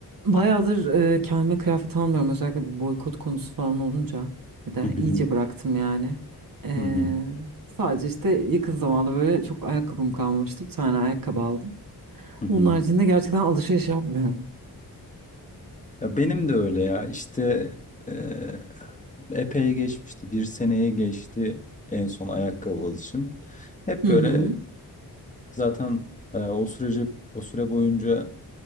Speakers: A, on the right; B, on the left.
A: Bayağıdır e, kendime kıyafet almıyorum. Özellikle bu boykot konusu falan olunca. Bir de
B: Hı hı
A: iyice
B: hı.
A: bıraktım yani. E,
B: Hı hı.
A: sadece işte yakın zamanda böyle çok ayakkabım kalmamıştı. Bir tane ayakkabı aldım.
B: Hı hı.
A: Onun haricinde gerçekten alışveriş yapmıyorum.
B: Ya benim de öyle ya işte eee, epey geçmişti. Bir seneye geçti en son ayakkabı alışım. Hep
A: Hı
B: böyle
A: hı.
B: zaten eee, o süreci o süre boyunca